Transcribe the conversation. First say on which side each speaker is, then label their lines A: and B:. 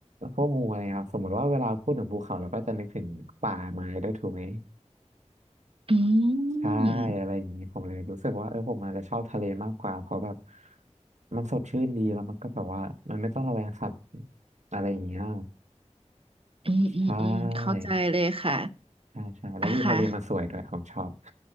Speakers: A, on the right; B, on the right.
A: พวกงูอะไรครับสมมติว่าเวลาพูดถึงภูเขาเราก็จะนึกถึงป่าไม้ด้วยถูกไหม
B: อื
A: ใช่อะไรอย่างนี้ผมเลยรู้สึกว่าเออผมอาจจะชอบทะเลมากกว่าเพราะแบบ
B: ม
A: มันสดชื่นดีแล้วมันก็แบบว่ามันไม่ต้องระแวงสัตว์อะไรอย่างเงี้ย
B: อืมอืมอืมเข้าใจเลยค่ะ
A: ใช่ใช่ใช่แล้ววิวทะเลมันสวยด้วยผมชอบ
B: อ่ะค่ะ